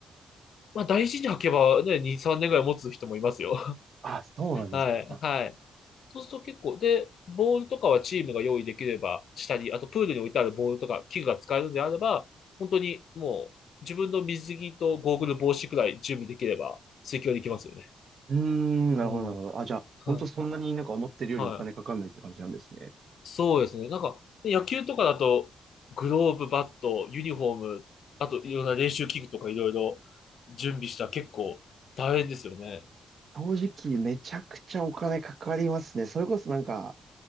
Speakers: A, on the left; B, on the right.
A: まあ、大事に履けばね、2、3年ぐらい持つ人もいますよ。
B: あ、そうなんですね。
A: <laughs> はい、はい。そうすると結構、で、ボールとかはチームが用意できればしたり、あとプールに置いてあるボールとか器具が使えるのであれば、本当にもう自分の水着とゴーグル帽子くらい準備できれば水球はできますよね。
B: うーん、なるほど、
A: うん。
B: なるほど。あ、じゃあ、
A: はい。
B: 本当そんなになんか思ってるよりお金かかんないって感じなんですね。
A: はい。そうですね。なんか、野球とかだと、グローブ、バット、ユニフォーム、あといろんな練習器具とかいろいろ準備したら結構大変ですよね。
B: 正直、めちゃくちゃお金かかりますね。それこそなんか、